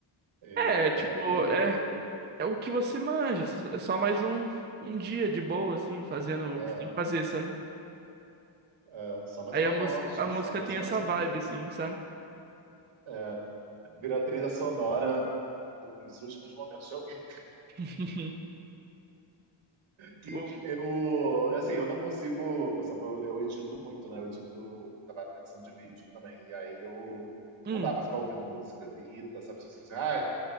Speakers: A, on the right; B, on the right.
A: É,
B: É, tipo,
A: eu,
B: é, é o que você manja. É só mais um, um dia de boa, assim, fazendo
A: é.
B: o que tem que fazer, sabe?
A: É, só mais
B: Aí
A: uma
B: a música,
A: morte,
B: a música
A: só mais
B: tem
A: uma.
B: essa
A: <laughs>
B: vibe, assim, sabe?
A: É, vira a trilha sonora dos últimos momentos de alguém.
B: <laughs>
A: Que
B: O-
A: eu, assim, eu não consigo, por exemplo, eu, eu edito muito, né? Eu edito, trabalho com edição de vídeo também. E aí eu
B: hum.
A: não dá pra ficar ouvindo música, irrita, sabe? Você diz, ah,